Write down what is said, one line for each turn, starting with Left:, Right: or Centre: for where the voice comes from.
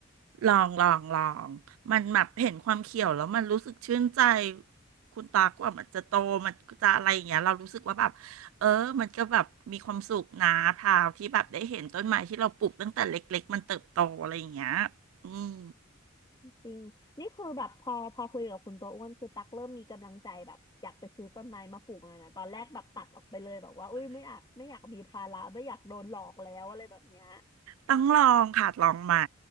Right: ลองลองลอง มันแบบเห็นความเขียวแล้วมันรู้สึกชื่นใจ คุณตากว่ามันจะโตมันจะอะไรอย่างเงี้ยเรารู้สึกว่าแบบเออมันก็แบบมีความสุขนะพราวที่แบบได้เห็นต้นไม้ที่เราปลูกตั้งแต่เล็กๆมันเติบโตอะไรอย่างเงี้ยอืม
Left: จริงนี่คือแบบพอพอคุยกับคุณตัวอ้วนคือตักเริ่มมีกำลังใจแบบอยากไปซื้อต้นไม้มาปลูกแล้วนะตอนแรกแบบตัดออกไปเลยแบบว่าอุ้ยไม่อยากไม่อยากมีภาระไม่อยากโดนหลอกแล้วอะไรแบบเนี้ย
Right: ต้องลองค่ะลองใหม่